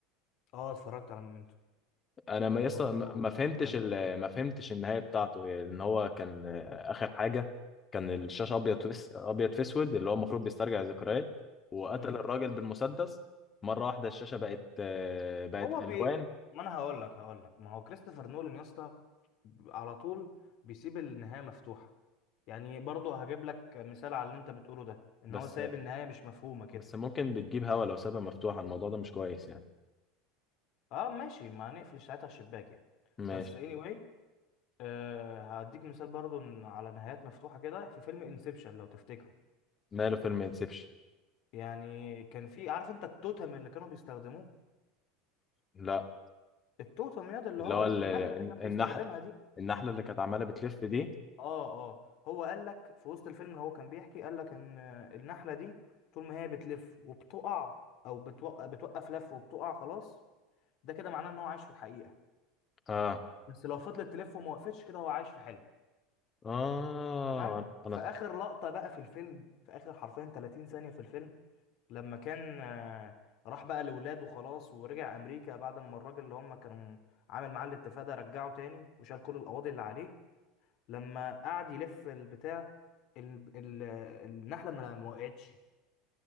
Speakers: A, on the left; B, on the left.
A: اه اتفرجت على مومنتو
B: انا ما
A: كان
B: يص...
A: برضه
B: ما ما فهمتش
A: فيلم جامد
B: ال...
A: اوي
B: ما فهمتش النهايه بتاعته يعني ان هو كان آه، اخر حاجه كان الشاشه ابيض في أس- ابيض في اسود اللي هو المفروض بيسترجع ذكريات وقتل
A: امم
B: الراجل بالمسدس مره واحده الشاشه بقت آه، بقت
A: هو
B: الوان
A: بي ما انا هقول لك هقول لك ما هو كريستوفر نولان يا اسطى على طول بيسيب النهاية مفتوحة يعني برضه هجيب لك مثال على اللي انت بتقوله ده ان
B: بس
A: هو سايب النهايه مش مفهومه كده
B: بس ممكن بتجيب هوا لو سابها مفتوحه الموضوع ده مش كويس يعني
A: اه ماشي ما هنقفل ساعتها الشباك يعني
B: ماشي
A: بس anyway آه هديك مثال برضه إن- على نهايات مفتوحه كده في فيلم انسبشن لو تفتكره
B: ماله فيلم انسبشن
A: يعني كان في عارف انت التوتم اللي كانوا بيستخدموه
B: لا
A: التوتم ياد اللي
B: اللي
A: هو
B: هو
A: النحله
B: ال-
A: اللي كان
B: النحل
A: بيستخدمها دي
B: النحلة اللي كانت عمالة بتلف دي
A: اه اه هو قال لك في وسط الفيلم اللي هو كان بيحكي قال لك ان آه، النحله دي طول ما هي بتلف وبتقع او بتوق- بتوقف لف وبتقع خلاص ده كده معناه ان هو عايش في الحقيقه
B: اه
A: بس لو فضلت تلف وما وقفتش كده هو عايش في حلم
B: اه
A: تمام
B: انا
A: في اخر لقطه بقى في الفيلم في اخر حرفيا 30 ثانيه في الفيلم لما كان آه، راح بقى لاولاده خلاص ورجع امريكا بعد ما الراجل اللي هم كانوا عامل معاه الاتفاق ده رجعه تاني وشال كل القواضي اللي عليه لما قعد يلف البتاع ال... ال... النحله ما ما وقعتش